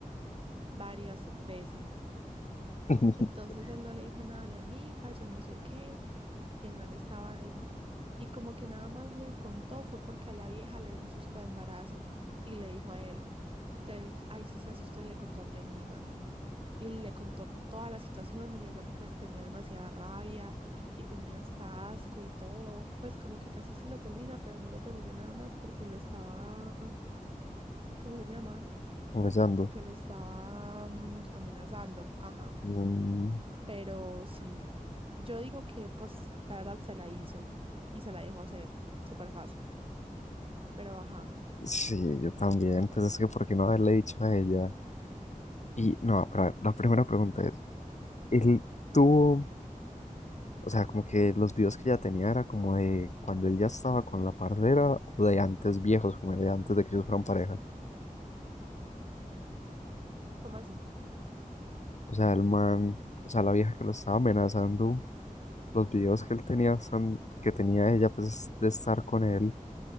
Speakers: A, on the right; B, on the left.
A: varias veces.
B: <laughs>
A: Entonces él no le dijo nada a mi amiga, yo no sé qué, y el man estaba ahí. Y como que nada más le contó fue porque a la vieja le dio un susto de embarazo y le dijo a él. Entonces ahí sí se asustó y le contó a mi amiga. Y le contó toda la situación y ella pues tenía demasiada rabia y tenía hasta asco y todo. Pues como que casi sí lo termina, pero no lo terminó nada más porque lo estaba, ¿cómo se llama?
B: Comenzando.
A: Porque lo estaba mm, amenazando. Ajá.
B: Mm,
A: Pero sí, yo digo que pues la verdad se la hizo y se la dejó hacer. Súper fácil. Pero ajá,
B: sí, yo también. Pues es que, ¿por qué no haberle dicho a ella? Y no, pero a ver, la primera pregunta es, él tuvo, o sea, como que los videos que ella tenía era como de cuando él ya estaba con la parcera o de antes viejos, como de antes de que ellos fueran pareja.
A: ¿cómo así?
B: O sea, el man, o sea, la vieja que lo estaba amenazando, los videos que él tenía, son- que tenía ella, pues de estar con él,